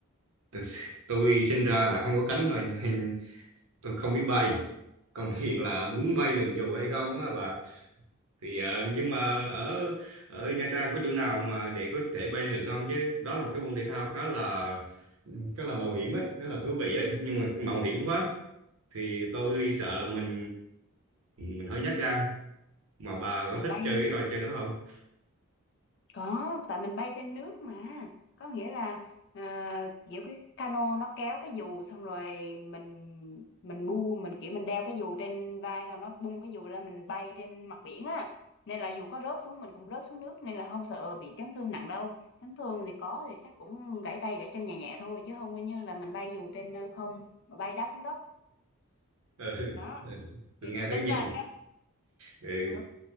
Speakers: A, on the right; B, on the left.
A: thật sự, tôi sinh ra là không có cánh rồi nên tôi không biết bay còn <laughs> hiện là muốn bay lượn dù hay không á bà thì ờ, nhưng mà ở ở Nha Trang có chỗ nào mà để có thể bay lượn không chứ đó là một cái môn thể thao khá là khá là mạo hiểm ấy khá là thú vị ấy nhưng mà mạo hiểm quá thì tôi sợ là mình mình hơi nhát gan mà bà có
B: mình
A: thích
B: bay
A: chơi cái trò chơi đó không
B: Có, tại mình bay trên nước mà. Có nghĩa là uh, kiểu cái cano nó kéo cái dù xong rồi mình mình bu mình kiểu mình đeo cái dù trên vai rồi nó bung cái dù ra mình bay trên mặt biển á. Nên là dù có rớt xuống mình cũng rớt xuống nước nên là không sợ bị chấn thương nặng đâu. Chấn thương thì có thì chắc cũng gãy tay gãy chân nhẹ nhẹ thôi chứ không có như là mình bay dù trên ờ, không mà bay đáp xuống đất.
A: ừ.
B: Đó.
A: <laughs> tôi
B: Thì
A: nghe
B: tôi
A: thấy
B: tính
A: nhạy
B: ra cái
A: ừ.
B: Ừ.